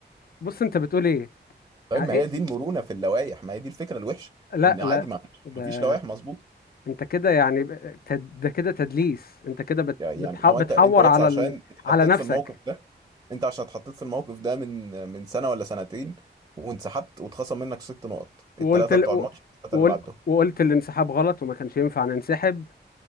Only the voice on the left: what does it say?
بص انت بتقول ايه
يعني
ايه
لا
لا
ده
انت كده يعني ب- تد... ده كده تدليس انت كده بت...
بتح...
بتحور
على
ال...
على نفسك
وقلت
ال...
وقلت
وقلت الانسحاب غلط وما كانش ينفع ننسحب